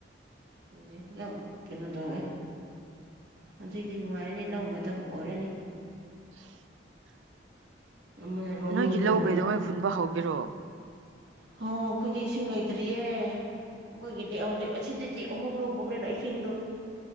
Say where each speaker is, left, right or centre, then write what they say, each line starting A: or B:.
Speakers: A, on the right; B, on the right.
A: ꯑꯗꯨꯅꯦ ꯌꯥꯝ ꯀꯩꯅꯣ ꯇꯧꯋꯦ ꯍꯧꯖꯤꯛꯇꯤ ꯅꯨꯡꯉꯥꯏꯔꯅꯤ ꯂꯧ ꯃꯇꯝ ꯑꯣꯏꯔꯅꯤ
B: <inaudible>
A: ꯑꯃꯅ ꯔꯣꯃꯤꯡ
B: ꯅꯣꯏꯒꯤ
A: ꯇꯧꯔꯅꯤ
B: ꯂꯧ ꯀꯩꯗꯧꯉꯩ ꯍꯨꯟꯕ ꯍꯧꯒꯦꯔꯣ
A: ꯍꯣ ꯑꯩꯈꯣꯏꯗꯤ ꯏꯁꯤꯡ ꯂꯩꯇ꯭ꯔꯤꯌꯦ ꯑꯩꯈꯣꯏꯒꯤꯗꯤ ꯍꯧꯖꯤꯛ ꯑꯁꯤꯗꯗꯤ ꯑꯍꯣꯡꯂꯣ ꯕꯣꯛꯅꯦꯅ ꯏꯁꯤꯡꯗꯣ